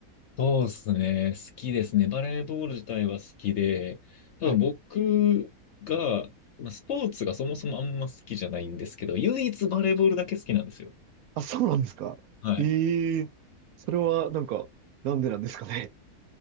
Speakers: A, on the left; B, on the right.
A: そうですね。好きですね。バレーボール自体は好きで、多分僕が、
B: はい。
A: まあスポーツがそもそもあんま好きじゃないんですけど、唯一バレーボールだけ好きなんですよ。
B: あ、そうなんですか。
A: はい。
B: ええそれはなんか、なんでなんですかね。